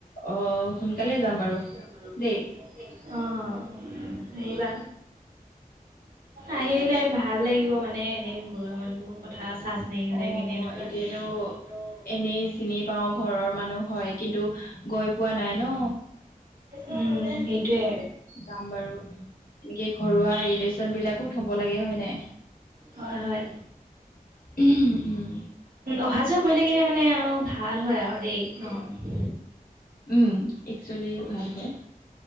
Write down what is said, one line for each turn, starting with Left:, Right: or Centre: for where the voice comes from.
Left: অ সোনকালে যাম বাৰু।
Right: অ
Left: দেই
Right: আহিবা, আহিলে ভাল লাগিব মানে এনে ঘৰুৱা মানুহবোৰ। কথা চা- চিনাকী হলে
Left: অ',
Right: কেনে ধৰ
Left: এতিয়াতো এনেই চিনি পাও ঘৰৰ মানুহ হয় কিন্তু গৈ পোৱা নাই ন।
Right: উম সেইটোয়ে।
Left: যাম বাৰু, এনেকে ঘৰুৱা ৰিলেচন বিলাকো থব লাগে হয় নাই
Right: হয় হয়।
Left: উম।
Right: অহা যোৱা কৰিলে কিনে মানে আৰু ভাল হয় আৰু দেই অ'।
Left: উম'একচুৱেলি ভাল হয়।